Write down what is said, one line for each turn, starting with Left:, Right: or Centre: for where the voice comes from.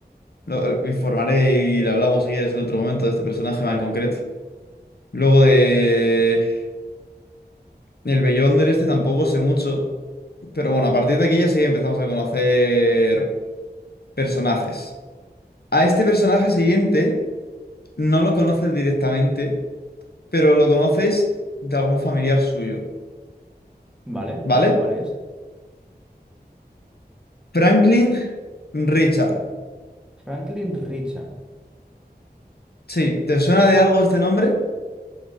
Left: Lo- me informaré y le hablamos si quieres en otro momento de este personaje
Centre: vale,
Left: más en concreto. Luego de... El Beyonder este tampoco sé mucho, pero bueno, a partir de aquí ya sí empezamos a conocer personajes. A este personaje siguiente no lo conoces directamente, pero lo conoces de algún familiar suyo,
Centre: vale.
Left: ¿vale?
Centre: ¿Cuál es?
Left: Franklin Richard.
Centre: Franklin Richard.
Left: Sí, ¿te suena de algo este nombre?